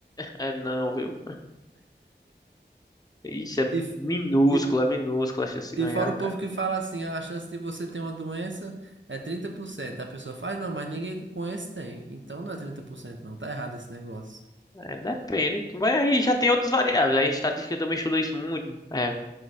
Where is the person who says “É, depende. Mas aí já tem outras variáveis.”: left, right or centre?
Left